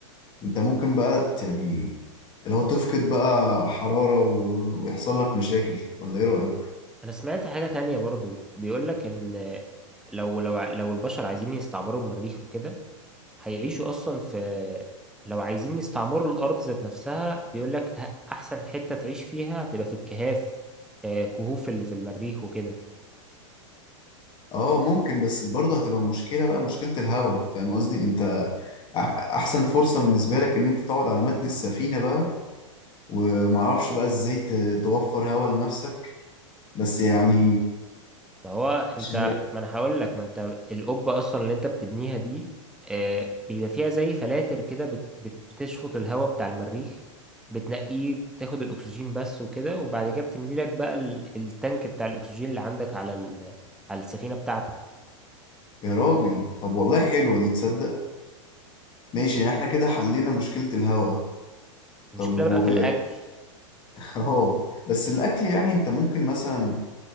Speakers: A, on the left; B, in the centre.
A: انت ممكن بقى ت- يعني لو تفقد بقى حراره و... ويحصل لك مشاكل ولا ايه رايك
B: أنا سمعت حاجة تانية برضو بيقولك إن آه، لو لو ع- لو البشر عايزين يستعمروا المريخ وكده هيعيشوا أصلا في لو عايزين يستعمروا الأرض ذات نفسها بيقولك أ- أحسن حتة تعيش فيها هتبقى في الكهاف آه، كهوف اللي في المريخ وكده
A: اه ممكن بس برضه هتبقى مشكلة بقى مشكلة الهوا فاهم قصدي انت أح- احسن فرصة بالنسبة لك ان انت تقعد على متن السفينة بقى ومعرفش بقى ازاي ت- توفر هوا لنفسك بس يعني
B: ما هو
A: مش
B: انت
A: عارف.
B: ما انا هقول لك ما انت القبه اصلا اللي انت بتبنيها دي آه، بيبقى فيها زي فلاتر كده بت- بت- بتشفط الهواء بتاع المريخ بتنقيه بتاخد الاكسجين بس وكده وبعد كده بتملي لك بقى ال- التانك بتاع الاكسجين اللي عندك على ال- على السفينه بتاعتك
A: يا راجل طب والله حلوة دي تصدق ماشي يعني احنا كده حلينا مشكلة الهوا
B: المشكله
A: طب
B: بقى
A: و
B: في الاكل
A: <laughs> اه بس الاكل يعني انت ممكن مثلا